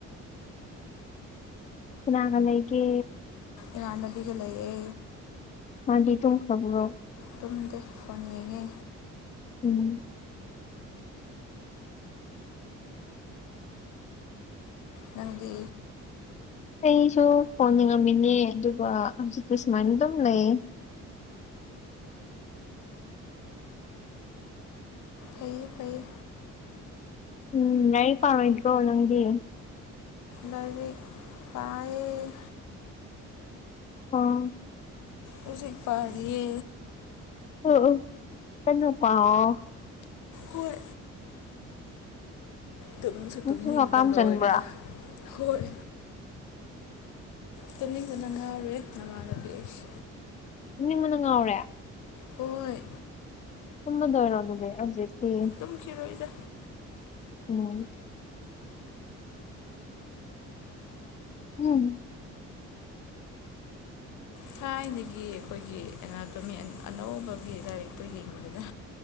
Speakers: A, on the left (about 25°); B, on the left (about 80°).
A: ꯀꯅꯥꯒ ꯂꯩꯒꯦ
B: ꯏꯃꯥꯟꯅꯕꯤꯒ ꯂꯩꯌꯦ
A: ꯃꯥꯥꯗꯤ ꯇꯨꯝꯈ꯭ꯔꯕꯔꯣ
B: ꯇꯨꯝꯗꯦ ꯐꯣꯟ ꯌꯦꯡꯉꯦ
A: ꯎꯝ
B: ꯅꯪꯗꯤ
A: ꯑꯩꯁꯨ ꯐꯣꯟ ꯌꯦꯡꯉꯝꯃꯤꯅꯦ ꯑꯗꯨꯒ ꯍꯧꯖꯤꯛꯇ ꯁꯨꯃꯥꯏꯅ ꯗꯨꯝ ꯂꯩꯌꯦ
B: ꯐꯩꯌꯦ ꯐꯩꯌꯦ
A: ꯎꯝ ꯂꯥꯏꯔꯤꯛ ꯄꯥꯔꯣꯏꯗ꯭ꯔꯣ ꯅꯪꯗꯤ
B: ꯂꯥꯏꯔꯤꯛ ꯄꯥꯏꯌꯦ
A: ꯑꯣ
B: ꯍꯧꯖꯤꯛ ꯄꯥꯔꯤꯌꯦ
A: ꯑꯣ ꯑꯣ ꯀꯟꯅ ꯄꯥꯎ
B: ꯍꯣꯏ ꯇꯨꯝꯁꯨ
A: ꯅꯪꯁꯨ
B: ꯇꯨꯝꯅꯤꯡꯒꯟꯕ
A: ꯍꯀꯥꯝ ꯆꯟꯕ꯭ꯔꯥ
B: ꯂꯣꯏꯔꯦꯗ ꯍꯣꯏ ꯇꯨꯝꯅꯤꯡꯗꯅ ꯉꯥꯎꯔꯦ ꯅꯃꯥꯟꯅꯕꯤ ꯑꯩꯁꯦ
A: ꯇꯨꯝꯅꯤꯡꯕꯅ ꯉꯥꯎꯔꯦ
B: ꯍꯣꯏ
A: ꯇꯨꯝꯃꯗꯣꯏꯔꯣ ꯑꯗꯨꯗꯤ ꯍꯧꯖꯤꯛꯇꯤ
B: ꯇꯨꯝꯈꯤꯔꯣꯏꯗ
A: ꯑꯣ <unintelligible>
B: ꯊꯥꯏꯅꯗꯒꯤ ꯑꯩꯈꯣꯏꯒꯤ ꯑꯦꯅꯥꯇꯣꯃꯤ ꯑꯅꯧꯕꯒꯤ ꯂꯥꯏꯔꯤꯛꯇꯣ ꯌꯦꯡꯕꯅꯤꯗ